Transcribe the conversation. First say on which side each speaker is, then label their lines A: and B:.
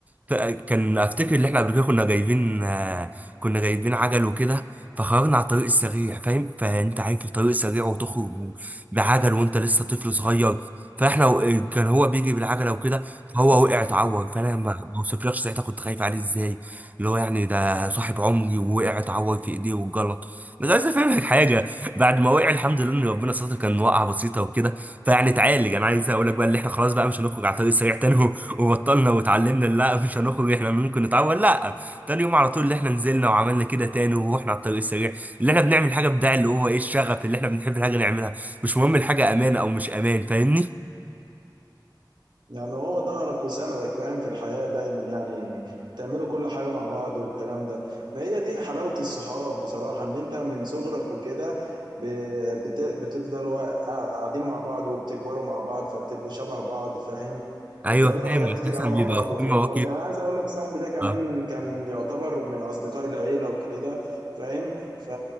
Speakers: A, on the right; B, on the right.
A: ف- كان افتكر ان احنا قبل كده كنا جايبين آه، كنا جايبين عجل وكده فخرجنا على الطريق السريع فاهم فانت عارف الطريق السريع وتخرج بعجل وانت لسه طفل صغير فاحنا و- كان هو بيجي بالعجله وكده فهو وقع اتعور فانا ما ما وصفلكش ساعتها كنت خايف عليه ازاي اللي هو يعني ده صاحب عمري ووقع اتعور في ايديه واتجلط بس عايز افهمك حاجه بعد ما وقع الحمد لله ان ربنا ستر كان وقعه بسيطه وكده فيعني اتعالج انا عايز اقول لك بقى اللي احنا خلاص بقى مش هنخرج على الطريق السريع تاني <laughs> و- وبطلنا واتعلمنا لا مش هنخرج احنا ممكن نتعور لا تاني يوم على طول اللي احنا نزلنا وعملنا كده تاني ورحنا على الطريق السريع اللي احنا بنعمل حاجه بتاع اللي هو ايه الشغف اللي احنا بنحب الحاجه نعملها مش مهم الحاجه امان او مش امان فاهمني
B: يعني هو ظهرك وسندك فاهم في الحياة دايما يعني بتعملوا كل حاجة مع بعض والكلام ده ما هي دي حلاوة الصحاب بصراحة ان انت من صغرك وكده ب- بت- بتفضلوا قا- قاعدين مع بعض وبتكبروا مع بعض فبتبقوا شبه بعض فاهم
A: ايوه
B: وبتعملوا
A: فاهم
B: حاجات كتير
A: مثلا
B: قوي مع
A: بيبقى
B: بعض
A: في
B: وخروجات
A: مواقف
B: يعني عايز اقول لك صاحبي ده كمان
A: آه،
B: كان يعتبر من اصدقاء العيلة وكده فاهم ف...